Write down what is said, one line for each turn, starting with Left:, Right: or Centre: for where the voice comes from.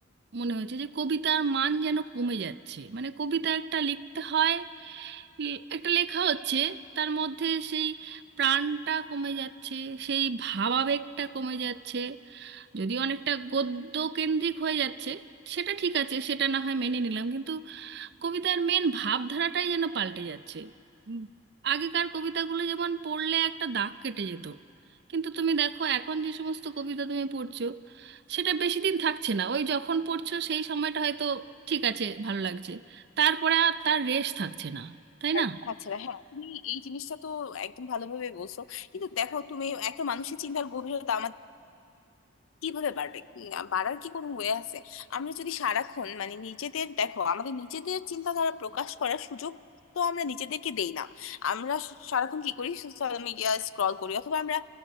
Right: মনে হয়েছে যে কবিতার মান যেন কমে যাচ্ছে মানে কবিতা একটা লিখতে হয় ই- একটা লেখা হচ্ছে তার মধ্যে সেই প্রাণটা কমে যাচ্ছে সেই ভাবাবেগটা কমে যাচ্ছে যদি অনেকটা গদ্য কেন্দ্রিক হয়ে যাচ্ছে সেটা ঠিক আছে সেটা না হয় মেনে নিলাম কিন্তু কবিতার মেন ভাবধারাটাই যেন পাল্টে যাচ্ছে উম, আগেকার কবিতাগুলো যেমন পড়লে একটা দাগ কেটে যেত কিন্তু তুমি দেখো এখন যে সমস্ত কবিতা তুমি পড়ছো সেটা বেশি দিন থাকছে না ওই যখন পড়ছো সেই সময়টা হয়তো ঠিক আছে ভালো লাগছে তারপরে আর তার রেশ থাকছে না তাই
Left: আর
Right: না
Left: থাকছে না হ্যাঁ তুমি এই জিনিসটা তো একদম ভালোভাবে বলছো কিন্তু দেখো তুমি একটা মানুষের চিন্তার গভীরতা কিভাবে বাড়বে উম, বাড়ার কি কোনো ওয়ে আছে আমরা যদি সারাক্ষণ মানে নিজেদের দেখো আমাদের নিজেদের চিন্তাধারা প্রকাশ করার সুযোগ তো আমরা নিজেদেরকে দেই না আমরা সারাক্ষণ কি করি সোশ্যাল মিডিয়া স্ক্রল করি অথবা আমরা